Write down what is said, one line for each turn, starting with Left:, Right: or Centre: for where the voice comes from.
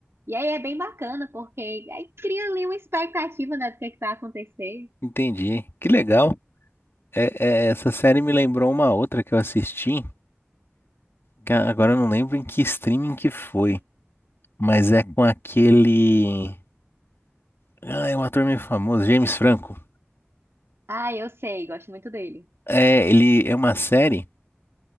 Right: E aí é bem bacana, porque aí cria ali uma expectativa, né, do que é que vai acontecer.
Left: entendi. Que legal. É- é, essa série me lembrou uma outra que eu assisti, que a- agora eu não lembro em que streaming que foi, mas é com aquele. Ah, é um ator meio famoso, James Franco.
Right: Ah, eu sei, gosto muito dele.
Left: É, ele é uma série